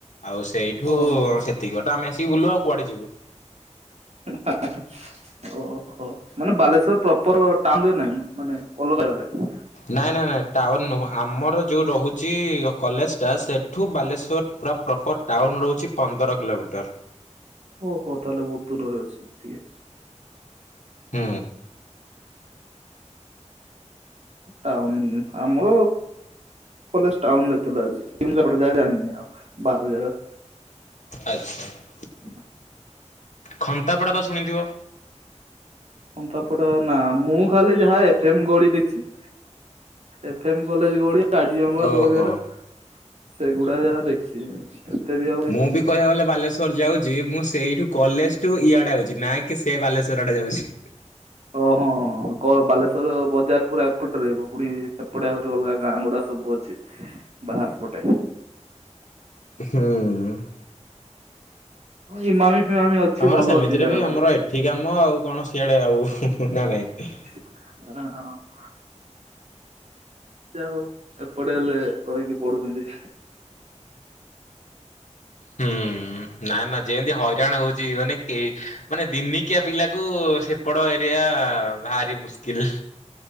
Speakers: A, on the left; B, on the right.
A: ଆଉ ସେଇଠୁ
B: ଓହୋ
A: ସେତିକି ବାଟ ଆମେ ଆସିକି ବୁଲୁ ଆଉ କୁଆଡେ ଯିବୁ।
B: ହାଁ- ହାଁ। ଓହୋ ମାନେ ବାଲେଶ୍ୱର ପ୍ରପର୍ ଟାଉନ୍ ରେ ନାହିଁ ମାନେ ଅଲଗା ଜାଗାରେ।
A: ନାଇଁ- ନାଇଁ -ନାଇଁ ଟାଉନ୍ ନୁହେଁ, ଆମର ଯୋଉଁ ରହୁଛି କଲେଜ୍ ଟା ସେଠୁ ବାଲେଶ୍ୱର ପୁରା ପ୍ରପର୍ ଟାଉନ୍ ରହୁଛି ପନ୍ଦର କିଲୋମିଟର୍।
B: ଓ ହୋ ତାହଲେ ବୋହୁତ୍ ଦୂରରେ ଅଛି ଟିକେ।
A: ହୁଁ।
B: ଟାଉନ୍ ଆମର କଲେଜ୍ ଟାଉନ୍ ରେ ଥିଲା। <inaudible> ବାହାର ଜାଗ
A: ଆଚ୍ଛ୍
B: <inaudible>
A: ଖନ୍ତାପଡ଼ା ତ ଶୁଣିଥିବ?
B: ଘଣ୍ଟପଡା ନା ମୁଁ ଖାଲି ଯାହା ଏଫ୍ ଏମ୍ ଗଳି ଦେଖଛି। ଏଫ ଏମ୍ କଲେଜ ଗଳି କାଜିଆବାଦ
A: ଓହୋ।
B: ବଗେରା ସେଗୁଡା ଯାହା ଦେଖିଛି। ଏତେ ବି ଆଉ ଦେଖିନି
A: ମୁଁ ବି କହିବାକୁ ଗଲେ ବାଲେଶ୍ୱର ଯାଉଛି, ମୁଁ ସେଇଠୁ କଲେଜ୍ ଟୁ ଇଆଡେ ଯାଉଛି। ନାଁ କି ସେ ବାଲେଶ୍ଵର ଆଡେ ଯାଉଛି।
B: ଓ ହଁ -ହଁ- ହଁ। କ ବାଲେଶ୍ୱର ବଜାର ପୁରା ଏପଟରେ ରହିବ ପୁଣି ସେପଟେ ଆହୁରି ଅଲଗା ଗାଁ ଗୁଡା ସବୁ ଅଛି। ବାହାର ପଟେ।
A: ହୁଁ।
B: ଇଁ ମାମି ଫମାମି ଅଛି।
A: ଆମର
B: ଭଲ
A: ସେମିତିରେ
B: ଅଛି ଜାଗା
A: ବି ଆମର
B: ଗୁଡା
A: ଏଠି କାମ ଆଉ କଣ ସିଆଡେ ଆଉ ନା ନାହିଁ।
B: ହଁ। ଯାହା ହୋଉ ଏପଟେ ହେଲେ ରହିକି ପଢୁଛନ୍ତି।
A: ହୁଁ ଉଁ- ଉଁ ନା ନା ଯେମିତି ହଇରାଣ ହୋଉଚି, ମାନେ କେ ମାନେ ଦିନିକିଆ ପିଲାକୁ ସେ ସେପଡ଼ ଏରିଆ ଭାରି ମୁସ୍କିଲ୍।